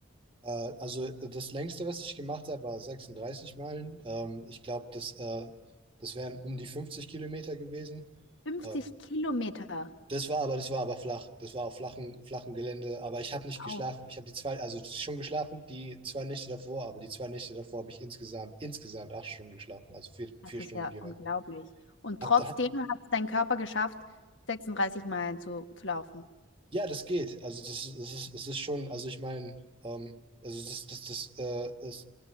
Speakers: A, on the right; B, on the left.
A: Äh, also äh, das längste, was ich gemacht habe, war 36 Meilen. Ähm, ich glaube, das, äh, das wären um die 50 Kilometer gewesen.
B: 50
A: Äh,
B: Kilometer.
A: das war aber, das war aber flach. Das war auf flachen, flachen Gelände. Aber ich habe nicht geschlafen.
B: Au,
A: Ich habe die zwei, also schon geschlafen, die zwei Nächte davor, aber die zwei Nächte davor habe ich insgesamt, insgesamt acht Stunden geschlafen, also vier,
B: das
A: vier
B: ist
A: Stunden
B: ja
A: jeweils.
B: unglaublich. Und
A: Hab,
B: trotzdem
A: hab,
B: hat es dein Körper geschafft, 36 Meilen zu, zu laufen.
A: ja, das geht. Also das, ist- das ist, das ist schon, also ich meine, ähm, also das, das, das, äh, das,